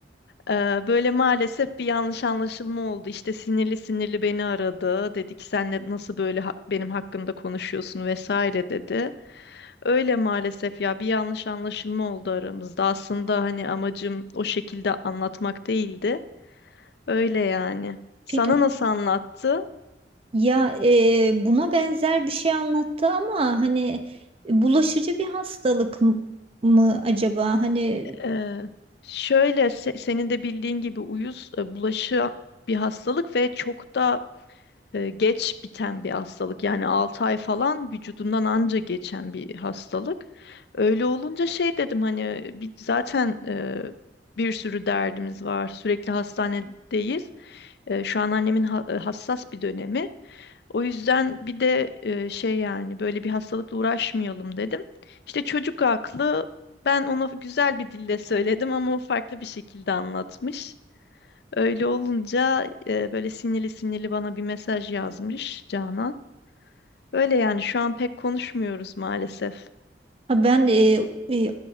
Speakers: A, on the left; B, on the right.
A: Ee, böyle maalesef bir yanlış anlaşılma oldu. İşte sinirli sinirli beni aradı. Dedi ki sen ne- nasıl böyle ha- benim hakkımda konuşuyorsun vesaire dedi. Öyle maalesef ya bir yanlış anlaşılma oldu aramızda. Aslında hani amacım o şekilde anlatmak değildi. Öyle yani. Sana
B: Peki
A: nasıl anlattı?
B: ya e, buna benzer bir şey anlattı ama hani bulaşıcı bir hastalık m- mı acaba? Hani
A: Ee, şöyle se- senin de bildiğin gibi uyuz e, bulaşı bir hastalık ve çok da e, geç biten bir hastalık. Yani 6 ay falan vücudundan anca geçen bir hastalık. Öyle olunca şey dedim hani bir, zaten e, bir sürü derdimiz var. Sürekli hastanedeyiz. E, şu an annemin ha- hassas bir dönemi. O yüzden bir de e, şey yani böyle bir hastalıkla uğraşmayalım dedim. İşte çocuk aklı ben ona güzel bir dille söyledim ama o farklı bir şekilde anlatmış. Öyle olunca e, böyle sinirli sinirli bana bir mesaj yazmış Canan. Öyle yani şu an pek konuşmuyoruz maalesef.
B: Ha, Ben e, e,